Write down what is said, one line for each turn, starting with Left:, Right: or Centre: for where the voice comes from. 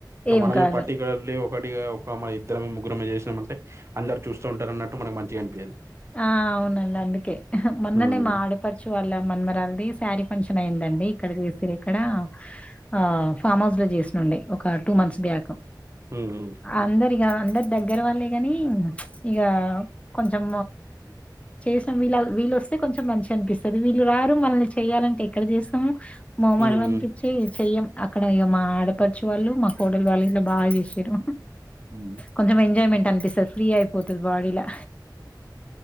Right: ఇగ
Left: ఏం
Right: మనమే
Left: కాదు
Right: పర్టిక్యలర్లీ ఒకటిగా ఒక మన ఇద్దరమే ముగ్గురమే చేసినామంటే అందరు చూస్తూ ఉంటారున్నట్టు మనకి మంచిగా అనిపియ్యదు
Left: ఆ అవునండి అందుకే మొన్ననే
Right: హ్మ్.
Left: మా ఆడి పడుచు వాళ్ళ మనుమరాలిది శారీ ఫంక్షన్ అయిందండి ఇక్కడ చేసింర్రు ఇక్కడ ఆ ఫామ్ హౌస్ లో చేసిఉండే ఒక టూ మంత్స్ బ్యాక్
Right: ఉమ్
Left: అందరిగా అందరూ దగ్గర వాళ్ళే గని ఇగా కొంచెం చేసాం వీళ్ళ వీళ్ళు వస్తే కొంచెం మంచిగా అనిపిస్తుంది వీళ్ళు రారు మనల్ని చేయాలంటే ఎక్కడ చేస్తాము మమల్
Right: హ్మ్.
Left: చి చెయ్యం అక్కడ ఇగా మా ఆడపడుచు వాళ్ళు మా కోడలు వాళ్ళు ఇంట్లో బాగా చేసారు
Right: హ్మ్.
Left: కొంచెం ఎంజయ్మెంట్ అనిపిస్తది ఫ్రీ అయిపోతది బాడీలా